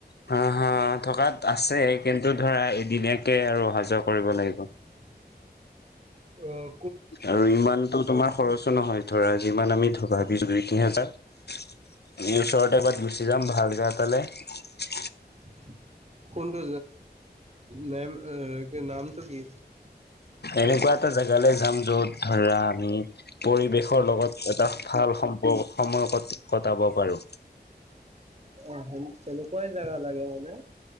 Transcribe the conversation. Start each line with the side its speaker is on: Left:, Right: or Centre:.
Left: হা হা থকাত আছে কিন্তু ধৰা এদিনীয়াকে আৰু অহা যোৱা কৰিব লাগিব
Right: <inaudible> অঁ
Left: আৰু ইমানতো তোমাৰ খৰচো নহয় ধৰা যিমান আমি ভাবিছোঁ দুই তিনিহাজাৰ এই ওচৰতে এবাত গুচি যাম ভালকে জেগাতে
Right: <inaudible> কোনটো নেম নামটো কি
Left: এনেকুৱা এটা জেগালৈ যাম য'ত ধৰা আমি পৰিৱেশৰ লগত এটা ভাল সম্পৰ্ক সময় ক কটাব পাৰো
Right: অ সে তেনেকুৱাই জোগা লাগে মানে।